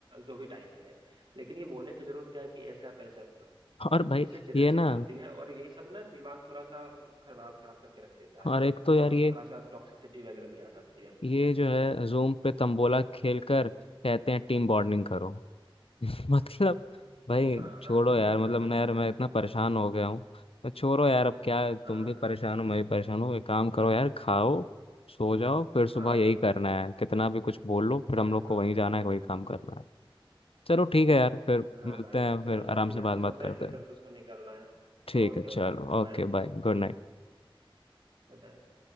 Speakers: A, on the right; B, on the left.
A: जो भी टाइम मिले लेकिन ये बोलने की जरूरत क्या है कि ऐसा आप ऐसा आप करो
B: और भाई
A: इसे चिड़न
B: ये
A: से
B: ना
A: बढ़ती है और यही सब ना दिमाग थोड़ा सा खराब खराब करके रख देता
B: और
A: है
B: एक तो यार
A: और
B: ये
A: थोड़ा सा टॉक्सिसिटी वगैरह भी आ जाती है
B: ये जो है जूम पे तंबोला खेलकर कहते हैं टीम बॉन्डिंग करो <laughs> मतलब भाई
A: हाँ
B: छोड़ो यार मतलब ना यार
A: <laughs>
B: मैं इतना परेशान हो गया हूँ मैं छोड़ो यार अब क्या है, तुम
A: हाँ
B: भी परेशान हो मैं भी परेशान हूँ एक काम करो यार खाओ सो जाओ फिर सुबह
A: हाँ
B: यही करना है कितना भी कुछ बोल लो फिर हम
A: बिल्कुल
B: लोग को वहीं जाना है वही काम करना है चलो ठीक है यार फिर
A: हाँ
B: मिलते
A: भाई
B: हैं
A: चलो
B: फिर
A: ठीक
B: आराम से
A: है
B: बात
A: हाँ
B: बात
A: सोते
B: करते
A: हैं फिर
B: हैं
A: कल तो सुबह निकलना है
B: ठीक
A: Okay
B: है चलो
A: okay
B: ओके
A: bye
B: बाय गुड नाइट
A: good night